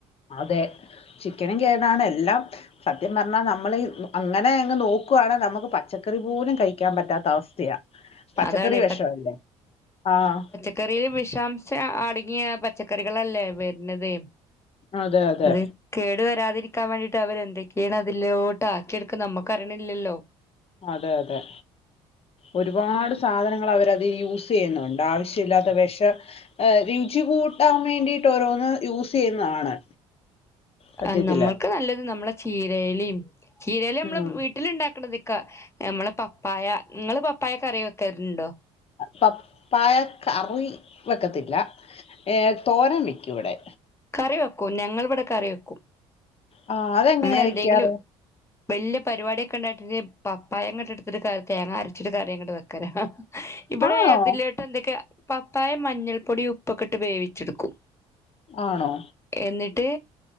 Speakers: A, on the left; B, on the left.
A: അതെ ചിക്കനും കേടാണ് എല്ലാം സത്യം പറഞ്ഞാൽ നമ്മൾ അങ്ങനെ അങ്ങ് നോക്കുണെ നമുക്ക് പച്ചക്കറി പോലും കഴിക്കാൻ പറ്റാത്ത അവസ്ഥയാ പച്ചക്കറി
B: അതാണ്
A: വിഷംല്ലേ ആഹ്
B: ക്കറിൽ വിഷാംശം അടുങ്ങിയ പച്ച ക്കറികളല്ലേ വരുന്നത്
A: അതെ അതെ
B: അത് കേടു വരാതിരിക്കാൻ വേണ്ടിയിട്ട് അവരെന്തൊക്കെണ് അതിലോട്ട് ആക്കിടുക്കുന്ന മ്മക്ക് അറിയില്ലല്ലോ
A: അതെ അതെ ഒരുപാട് സാധനങ്ങൾ അവരതിൽ യൂസ് ചെയ്യുന്നുണ്ട് ആവശ്യമില്ലാത്ത വിഷ രുചി കൂട്ടാൻ വേണ്ടിട്ട് ഓരോന്ന് യൂസ് ചെയ്യുന്നതാണ് സത്യത്തില്
B: ആഹ് നമ്മൾക്ക് നല്ലത് നമ്മളെ ചീരയിലിം ചീരയില നമ്മള്
A: ഉം
B: വീ വീട്ടിലുണ്ടാക്കണതിക്കാ നമ്മളെ പപ്പായ നിങ്ങള് പപ്പായ കറി വെക്കലുണ്ടോ
A: പപ്പായ കറി വെക്കത്തില്ല ഏഹ് തോരൻ വയ്ക്കുംവിടെ
B: കറി വെക്കും ഞങ്ങളിവിടെ കറി വെക്കും
A: ആ അതെങ്ങനെയാ
B: നമ്മൾന്തെങ്കിലും
A: വെക്കാറ്
B: വല്ല്യയ പരിപാടിയൊക്കെണ്ടായിട്ട പപ്പായങ്ങോട്ട് എടുത്തിട്ട് കറി തേങ്ങ അരച്ചിട്ട് കറിങ്ങോട്ട് വെക്കലാ ഇവിടെ
A: ആണോ
B: ഏതിലായിട്ട്ന്തൊക്കെയാ പപ്പായ മഞ്ഞൾപ്പൊടി ഉപ്പൊക്കെട്ട് വേവിച്ചെടുക്കും
A: ആണോ
B: എന്നിട്ട്